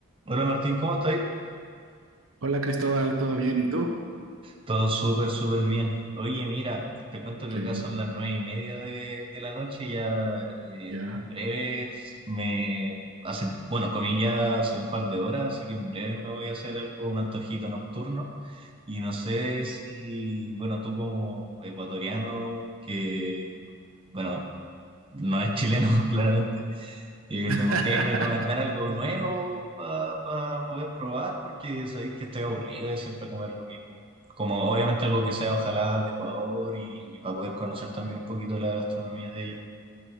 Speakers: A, on the right; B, on the right.
A: Hola Martín, ¿cómo estáis?
B: Hola Cristóbal, ¿todo bien? ¿Y tú?
A: Todo súper, súper bien. Oye, mira, te cuento que
B: Qué
A: acá
B: bien,
A: son las nueve y media de, de la noche y ya eh,
B: ya.
A: en breves me hace, bueno, comí ya hace un par de horas, así que en breves me voy a hacer algo, un antojito nocturno. Y no sé si, bueno, tú como ecuatoriano, que, bueno, no es chileno <laughs> claramente, Eh,
B: <laughs>
A: ¿me podríais recomendar algo nuevo para poder probar? Porque sabéis que estoy aburrido de siempre comer lo mismo. Como obviamente algo que sea ojalá de Ecuador y, para poder conocer también un poquito la gastronomía de ella.